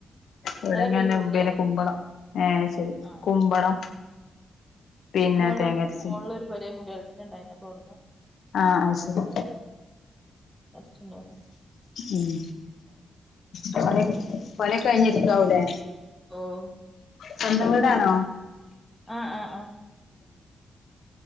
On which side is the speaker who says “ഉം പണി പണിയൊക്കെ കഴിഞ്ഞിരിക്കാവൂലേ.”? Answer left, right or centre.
Left